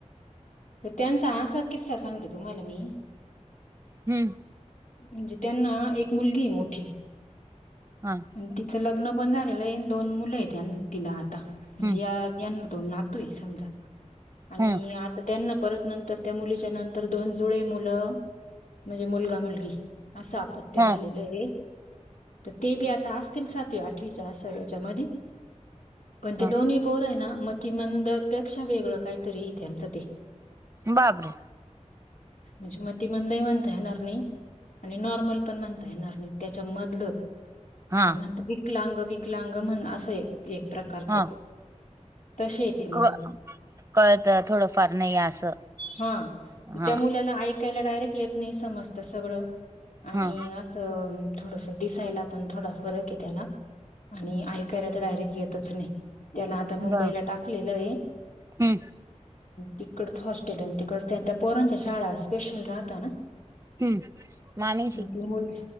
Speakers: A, on the left (about 80°); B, on the right (about 25°).
A: तर त्यांचा असा किस्सा सांगते तुम्हाला मी
B: हम्म
A: म्हणजे त्यांना एक मुलगी मोठी
B: हा
A: आणि तिचं लग्न पण झालेले आहे दोन मुलं आहेत तिला आता
B: हम्म
A: म्हणजे या यांना दोन नातू आहे समजा आणि
B: हम्म
A: आता त्यांना परत नंतर त्या मुलीच्या नंतर दोन जुळे मुलं म्हणजे मुलगा मुलगी असं आपत्य
B: हा
A: झालेलं आहे तर ते बी आता असतील सातवी आठवीच्या असं याच्या मधी पण ते
B: हा
A: दोन्ही पोर आहे ना मतिमंदपेक्षा वेगळं काहीतरी त्यांचं ते
B: बापरे
A: म्हणजे मति मंदही मानता येणार नाही आणि नॉर्मल पण म्हणता येणार नाही त्याच्या मधलं काय
B: हा
A: म्हणत विकलांग विकलांग म्हण असं ए एक प्रकारच
B: हा
A: तसे येत मुलं
B: क कळत थोडं फार नाही असं
A: हा
B: हा
A: त्या मुलाला ऐकायला डायरेक्ट येत नाही समजत सगळं आणि
B: हा
A: अस थोडस दिसायला पण थोडा फरक आहे त्याला आणि ऐकायला तर डायरेक्ट येतच नाही त्याला आता मुंबईला
B: ब
A: टाकलेलं आहे
B: हम्म
A: तिकडच हॉस्टेल आहे तिकडच त्या त्या पोरांच्या शाळा अस स्पेशल राहता ना
B: हम्म मामीशी
A: त्यामुळे